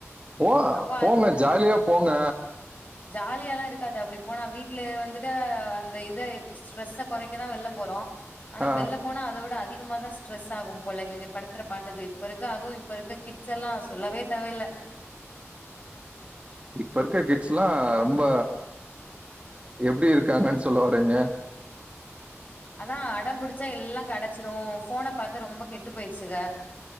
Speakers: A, on the right; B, on the left.
A: போ
B: அப்ப
A: போங்க ஜாலியா போங்க
B: ஜாலிய எல்லா இருக்காது அப்டி போனா வீட்டுல வந்துட்டா அந்த இத ஸ்ட்ரெஸ்ஸ குறைக்கதா வெள்ள போறோ ஆனா
A: ஆ
B: வெள்ள போனா அத விட அதிகமா தா ஸ்ட்ரெஸ் ஆகும் போல இவங்க படுத்துற பாட்டுக்கு இப்ப இருக்க அதுவு இப்ப இருக்க கிட்ஸ் எல்லா சொல்லவே தேவயில்ல
A: இப்ப இருக்க கிட்ஸ் எல்லா ரொம்ப எப்டி இருக்காங்கன்னு சொல்ல வறீங்க
B: அதா அடம்பிடிச்சா எல்லா கிடைச்சிரு போன்ன பார்த்து ரொம்ப கெட்டு போயிடுச்சுங்க